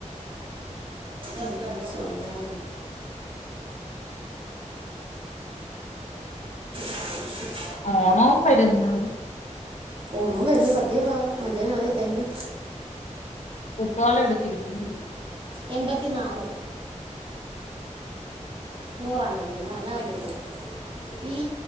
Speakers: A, on the right; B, on the left.
A: എന്തോ ചെയ്യാനാ <unintelligible>
B: ഓണോം വരുന്നു
A: ഓണോം വരുന്നു സത്യവാ മറ്റേ ഞാന് തെണ്ടി
B: കുത്തുവാള എടുത്തിരിക്കുന്നു
A: എൺപത്തി നാല് നൂറാണേയിരിക്കുന്നേ എന്നാ എടിച്ചോ ഈ